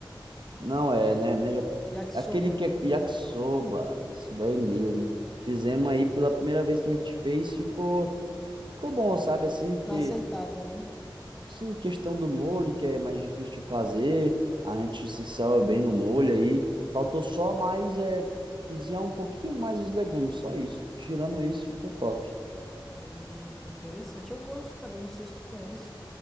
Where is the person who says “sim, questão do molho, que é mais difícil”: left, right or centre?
Right